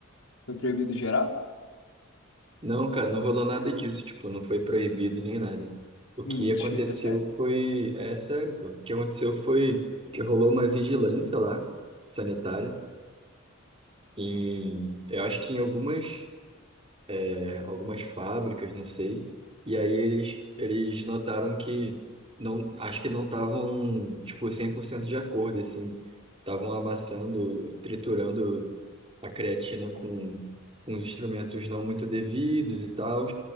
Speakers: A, on the left; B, on the right.
A: foi proibido geral?
B: Não, cara, não rolou nada disso, tipo, não foi proibido nem nada. O
A: Mentira,
B: que aconteceu
A: sério?
B: foi, é sério, pô. O que aconteceu foi que rolou uma vigilância lá, sanitária, em, eu acho que em algumas é, algumas fábricas, não sei. E aí eles, eles notaram que não, acho que não estavam, tipo, 100% de acordo, assim. Estavam amassando, triturando a creatina com uns instrumentos não muito devidos e tal,